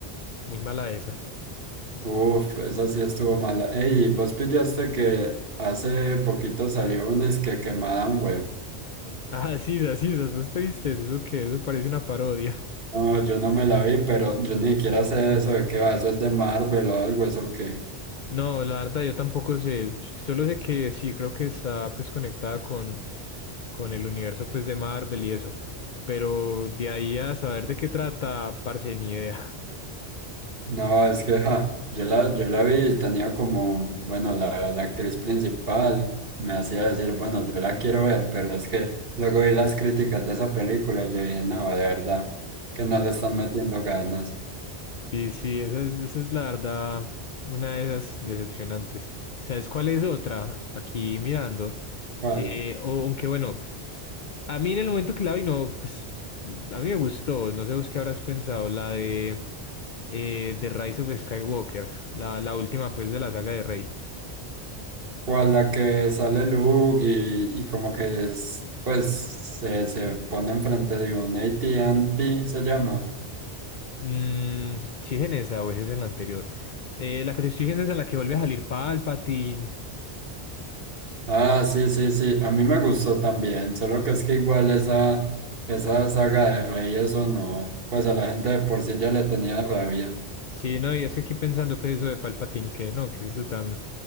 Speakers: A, on the left; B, on the right.
A: muy mala esa. <laughs>
B: Uf, eso sí estuvo mala. Ey, vos pillaste que hace poquito salió un es que Madame Web.
A: Ah, Sisas, Sisas, ¿vos te viste eso? ¿Eso qué? Eso parece una parodia.
B: No, yo no me la vi, pero yo ni siquiera sé eso de qué va, eso es de Marvel o algo, eso que.
A: No, la verdad yo tampoco sé. Solo sé que sí, creo que está pues conectada con, con el universo pues de Marvel y eso. Pero de ahí a saber de qué trata, parce, ni idea.
B: No, es que ja, yo la, yo la vi, y tenía como, bueno, la, la actriz principal me hacía decir, bueno, yo la quiero ver, pero es que luego vi las críticas de esa película y yo dije, no, de verdad, que no le están metiendo ganas.
A: Sí, sí, esa es, esa es la verdad, una de esas decepcionantes. ¿Sabes cuál es otra? Aquí mirando.
B: ¿Cuál?
A: Eh, o- aunque bueno, a mí en el momento que la vi, no, pues a mí me gustó. No sé vos qué habrás pensado, la de eh, The Rise of Skywalker, la, la última pues de la saga de Rey.
B: ¿Cuál la que sale Luke y, y como que es, pues se, se pone enfrente de un AT&T, se llama?
A: Mm, sí, es en esa o es en la anterior. Eh, la que te estoy diciendo es en la que vuelve a salir Palpatine.
B: Ah, sí, sí, sí, a mí me gustó también, solo que es que igual esa, esa saga de Rey, eso no, pues a la gente de por sí ya le tenía rabia.
A: Sí, no, y es que aquí pensando pues eso de Palpatine, que no, que es eso tan,